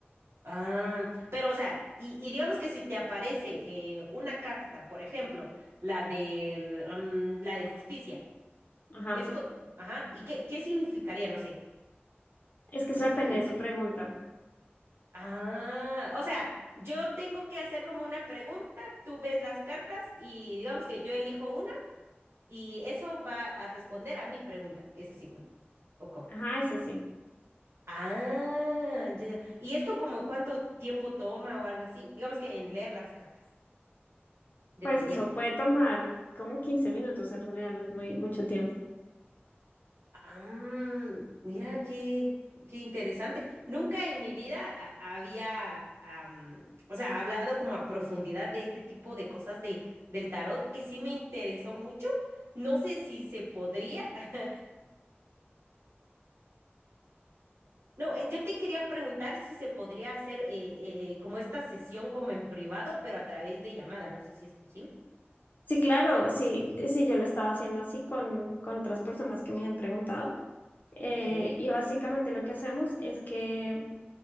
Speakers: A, on the right (about 80°); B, on the left (about 45°).
A: Ah, pero o sea, y, y digamos que si te aparece eh, una carta, por ejemplo, la de la de justicia,
B: Ajá.
A: eso, ajá, ¿y qué, qué significaría? No sé,
B: Es que eso
A: o sea,
B: depende
A: en
B: de
A: sí.
B: tu pregunta.
A: Ah, o sea, yo tengo que hacer como una pregunta, tú ves las cartas y digamos que yo elijo una y eso va a responder a mi pregunta, es así, ¿no? ¿O cómo?
B: Ajá, es así.
A: Ah, ya, ya. ¿Y esto como cuánto tiempo toma o algo así? Digamos que en leer las cartas, dependiendo
B: Pues eso puede tomar como 15 minutos, en realidad no es muy mucho tiempo.
A: Ah, mira qué, qué interesante. Nunca en mi vida a- había, am, o sea, hablado como a profundidad de este tipo de cosas de, del tarot, que sí me interesó mucho. No sé si se podría. <laughs> No, eh, yo te quería preguntar si se podría hacer eh, eh, como esta sesión como en privado, pero a través de llamada. No sé si es posible.
B: Sí, claro, sí, sí, yo lo he estado haciendo así con, con otras personas que me han preguntado. Eh,
A: Ok,
B: y básicamente lo que hacemos es que